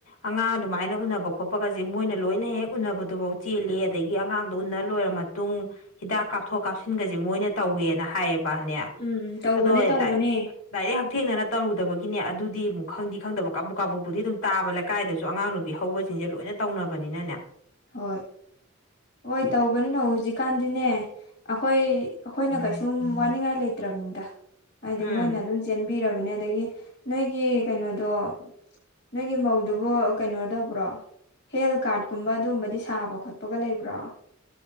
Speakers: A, on the left; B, on the left.
A: ꯑꯉꯥꯡ ꯑꯗꯨꯃꯥꯏꯅ ꯎꯅꯕ ꯈꯣꯠꯄꯒꯁꯦ ꯃꯣꯏ ꯃꯣꯏꯅ ꯂꯣꯏꯅ ꯍꯦꯛ ꯎꯅꯕꯗꯨꯐꯧ ꯆꯦꯜꯂꯦ ꯑꯗꯒꯤ ꯑꯉꯥꯡ ꯎꯟꯅ ꯂꯣꯏꯔꯕ ꯃꯇꯨꯡ ꯍꯤꯗꯥꯛ ꯀꯥꯞꯊꯣꯛ ꯀꯥꯞꯁꯤꯟꯒꯁꯦ ꯃꯣꯏꯅ ꯇꯧꯋꯦꯅ ꯍꯥꯏꯌꯦꯕ ꯅꯦ
B: ꯎꯝ ꯎꯝ ꯇꯧꯕꯅꯦ
A: ꯑꯗꯣ
B: ꯇꯧꯕꯅꯦ
A: ꯗꯥꯏꯔꯦꯛ ꯍꯛꯊꯦꯡꯅꯅ ꯇꯧꯔꯨꯗꯕꯒꯤꯅꯦ ꯑꯗꯨꯗꯤ ꯑꯃꯨꯛ ꯈꯪꯗꯤ ꯈꯪꯗꯕ ꯀꯥꯕꯨ ꯀꯥꯕꯨꯛꯄꯨꯗꯤ ꯑꯗꯨꯝ ꯇꯥꯕ ꯂꯩꯀꯥꯏꯗꯁꯨ ꯑꯉꯥꯡ ꯅꯨꯄꯤ ꯍꯧꯕꯁꯤꯡꯁꯦ ꯂꯣꯏꯅ ꯇꯧꯅꯕꯅꯤꯅꯅꯦ
B: ꯍꯣꯏ ꯍꯣꯏ ꯇꯧꯕꯅꯤꯅ ꯍꯧꯖꯤꯛꯀꯥꯟꯗꯤꯅꯦ ꯑꯩꯈꯣꯏ ꯑꯩꯈꯣꯏꯅ ꯀꯩꯁꯨ ꯁꯨꯝ ꯋꯥꯅꯤꯡꯉꯥꯏ ꯂꯩꯇ꯭ꯔꯕꯅꯤꯗ ꯍꯥꯏꯗꯤ
A: ꯎꯝ
B: ꯃꯣꯏꯅ ꯑꯗꯨꯝ ꯆꯦꯟꯕꯤꯔꯕ ꯑꯗꯒꯤ ꯅꯣꯏꯒꯤ ꯀꯩꯅꯣꯗꯣ ꯅꯣꯏꯒꯤ ꯃꯧꯗꯨꯕꯨ ꯀꯩꯅꯣ ꯇꯧꯕ꯭ꯔꯣ ꯍꯦꯜꯊ ꯀꯥꯔꯠꯀꯨꯝꯕ ꯑꯗꯨꯝꯕꯗꯤ ꯁꯥꯕ ꯈꯣꯠꯄꯒ ꯂꯩꯕ꯭ꯔꯣ